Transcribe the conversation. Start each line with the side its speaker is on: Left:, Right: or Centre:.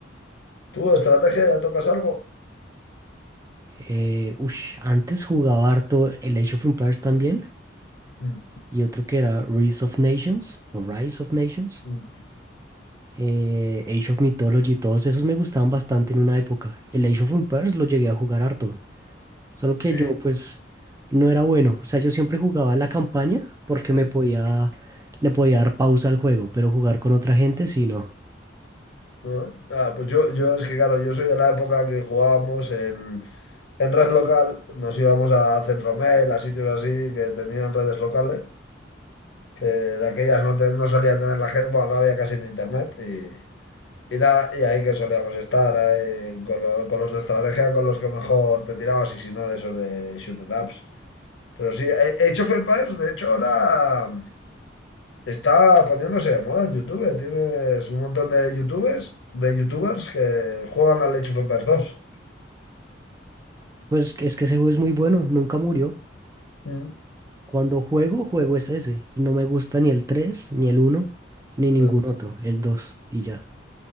Left: ¿Tú, estrategia, ya tocas algo?
Right: Eh, ush, antes jugaba harto el Age of Empires también,
Left: Mm,
Right: y otro que era Rise of Nations, o Rise of Nations.
Left: mm.
Right: eh, Age of Mythology, todos esos me gustaban bastante en una época. El Age of Empires lo llegué a jugar harto. Solo que
Left: Sí,
Right: yo pues no era bueno. O sea, yo siempre jugaba la campaña
Left: <laughs>
Right: porque me
Left: sí,
Right: podía, le podía dar pausa al juego, pero jugar con otra gente sí no.
Left: ¿no? Ah, pues yo, yo es que, claro, yo soy de la época que jugábamos en en red local nos íbamos a Centromail, a sitios así que tenían redes locales, que de aquellas no, te- no solía tener la gente, bueno, no había casi ni internet y, y nada, y ahí que solíamos estar ahí con, lo- con los de estrategia, con los que mejor te tirabas y si no de esos de shoot 'em ups. Pero sí, eh, Age of Empires, de hecho, ahora está poniéndose de moda en YouTube. eh, Tienes un montón de YouTubers, de YouTubers que juegan al Age of Empires 2.
Right: Pues es que ese juego es muy bueno, nunca murió.
Left: Mm.
Right: Cuando juego, juego es ese. No me gusta ni el 3 ni el uno ni ningún
Left: Sí.
Right: otro, el dos y ya.